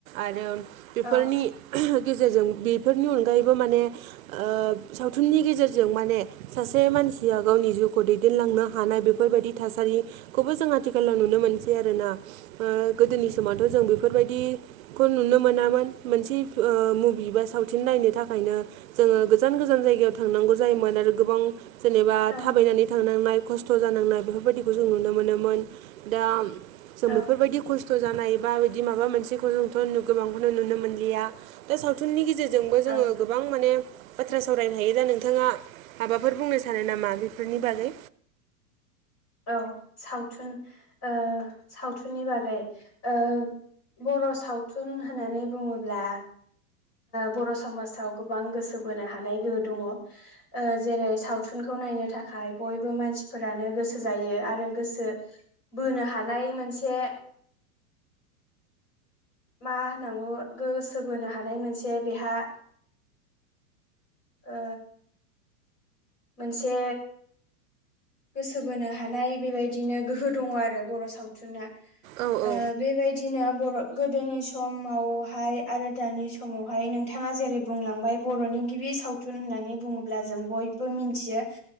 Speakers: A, on the right (about 60°); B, on the left (about 35°).
A: आरो बेफोरनि
B: औ
A: गेजेरजों बेफोरनि अनगायैबो माने ओ सावथुननि गेजेरजों माने सासे मानसिया गावनि जिउखौ दैदेनलांनो हानाय बेफोरबायदि थासारि खौबो जों आथिखालाव नुनो मोनसै आरोना ओ गोदोनि समावथ' जों बेफोरबायदि खौ नुनो मोनामोन मोनसे मुभि बा सावथुन नायनो थाखायनो। जोङो गोजान गोजान जायगायाव थांनांगौ जायोमोन आरो। गोबां जेनेबा
B: औ
A: थाबायनानै थांनांनाय खस्थ' जानांनाय बेफोरबायदिखौ जों नुनो मोनोमोन। दा जों
B: औ
A: बेफोरबायदि खस्थ' खस्थ' जानाय बा बिदि माबा मोनसेखौ जोंथ' गोबांखौनो नुनो मोनलिया दा सावथुननि गेजेरजों जोंबो
B: औ
A: जोङो गोबां माने बाथ्रा सावरायनो हायो दा नोंथाङा माबाफोर बुंनो सानो नामा बेफोरनि बागै?
B: औ सावथुन ओ सावथुननि बागै ओ बर' सावथुन होननानै बुङोब्ला। बर' समाजाव गोबां गोसो बोनो हानाय गोहो दङ। जेरै सावथुनखौ नायनो थाखाय बयबो मानसिफोरानो गोसो जायो। आरो गोसो बोनो हानाय मोनसे मा होननांगौ गोसो बोनो हानाय मोनसे बेहा ओ। मोनसे गोसो बोनो हानाय बेबायदिनो गोहो दङ आरो बर' सावथुना।
A: औ
B: ओ
A: औ
B: बेबायदिनो बर' गोदोनि समावहाय आरो दानि समावहाय नोंथाङा जेरै बुंलांबाय। बर'नि गिबि सावथुन होननानै बुङोब्ला जों बयबो मिथियो